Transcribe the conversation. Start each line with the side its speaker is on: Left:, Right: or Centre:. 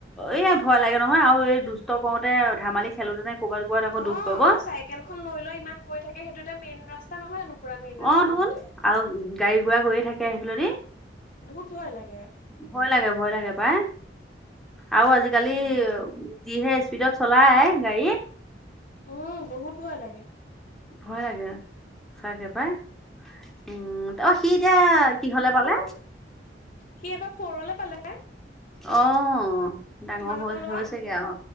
Centre: এ, ভয় লাগে নহয় আৰু এই দুষ্ট কৰোতে ধেমালি খেলোতে নে ক'ৰবাত ক'ৰবাত আকৌ
Left: অ'
Centre: দুখ পাব
Left: আৰু চাইকেলখন লৈ লৈ ইমান গৈ থাকে সেইটো এটা মেইন ৰাস্তা নহয় জানো পুৰা মেইন ৰাস্তা
Centre: অ তোন
Left: গোতে
Centre: আৰু গাড়ী -ঘোঁৰাগৈয়ে থাকে সেইফালে দি
Left: বহুত ভয় লাগে।
Centre: ভয় লাগে, ভয় লাগে পায় আৰু আজিকালি।
Left: হয়
Centre: যিহে স্পীডত চলাই গাড়ী।
Left: উম বহুত ভয় লাগে।
Centre: ভয় লাগে সঁচাকে পাই। উম, ত সি এতিয়া কি হ'লে পালে?
Left: সি এবাৰ ফ'ৰলৈ পালে!
Centre: অ' ডাঙৰ
Left: তোমালোকৰ
Centre: হৈছেগে
Left: ল'ৰা
Centre: আৰু